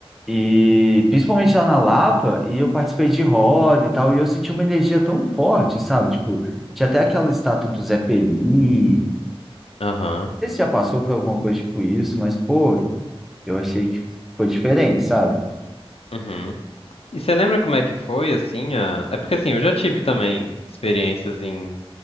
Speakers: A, in the centre; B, on the left (about 75°).
A: E principalmente lá na Lapa e eu participei de roda e tal e eu senti uma energia tão forte, sabe? Tipo tinha até aquela estátua do Zé Pelini. Não
B: aham,
A: sei se já passou por alguma coisa tipo isso, mas pô eu achei que foi diferente, sabe?
B: uhum. E você lembra como é que foi, assim, a... É porque, assim, eu já tive também experiências em...